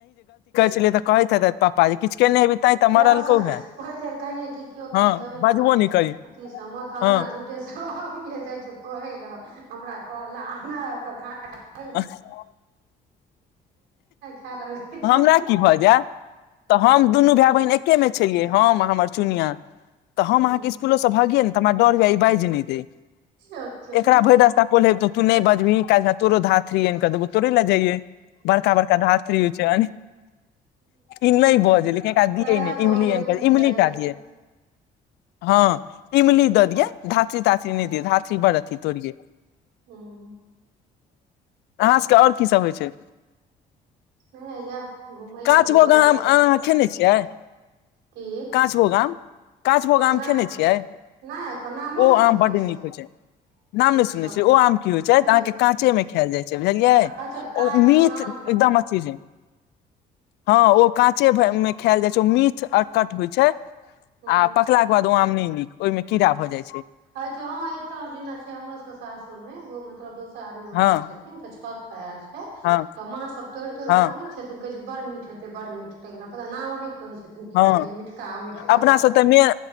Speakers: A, on the left (about 80°); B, on the right (about 85°).
A: ठीके तऽ कहैत हे पापा जी किछु केने हेबही तैं तऽ
B: डरसँ
A: मरलकौ हे
B: पहिले कहि कि केओ
A: हँ
B: किछु कहै ने
A: बजबो नहि करी
B: अथीसँ मत अगना
A: हँ
B: टेशबए जाइ छियौ कहै लए हमरा कहल नहि आबिकऽ खाना ख
A: ह <inaudible>
B: खाय लगै छै
A: हमरा की भऽ जायतऽ हम दुनू भाई बहिन एक एके मे छियै हम हमर चुनिया तऽ हम
B: ह
A: अहाँ कि स्कूलो से भागिय ने त हमरा डर भ बाइ कि कहि बाइज नहि देत
B: अच्छा
A: एकरा
B: ह
A: भरि रास्ता पोलेलू तू नहि बजबही काइल तोरो धातरि देबो तोरे लए जइये बड़का बड़का धातरि हो छै इ नहि बजय लेकिन एक दिए
B: तै
A: ने
B: पर
A: इमलियन
B: ओ लेपित
A: इमली
B: भए जाइ
A: टा
B: छलै
A: दिय हँ इमली दऽ दियै धातरि तात्री नहि दिय धातरि बड़ अथी तोड़िये
B: ओ <inaudible>
A: अहाँ सभके ओर की सभ होइ छै
B: नहि हैया घूमै
A: काँच
B: छी बौआ
A: भोग आम
B: या
A: अहाँ खेने छियै
B: की
A: काँच भोग आम काँच भोग आम
B: नहि
A: खेने छियै
B: नहि ओकर नामो
A: ओ
B: नहि सुनने
A: आम बड
B: छलहुँ
A: नीक होइ छै नाम ने
B: अच्छा
A: सुनने छियै ओ आम की होइ छै
B: नहि
A: अहाँके
B: यौ
A: काँचे में खायल जाइ छै बुझलियै
B: अच्छा काचो
A: ओ मीट
B: आम
A: एकदम मसीज हँ ओ काँचे में खायल जाइ छै ओ मीठ अकट होइ छै
B: हूँ
A: आ पकलाके बाद ओ आम नहि नीक ओहिमे कीड़ा भऽ जाइत छै
B: अच्छा ह एतय जेना छै हमरो सब के सासुर में ओ मतलब दोस्त आदमी रोपने
A: हँ
B: छथिन तऽ छत पर आयल छै
A: हँ
B: तऽ माँ सब तोड़ तोड़
A: हँ
B: कने छथिन कहै छथि बड़ मिठ हेतै बड़ मिठ हतैना पता नाम नहि कहै छथिन कि
A: हँ
B: कहै छै मिठका मीठ
A: अपना सब ते मेन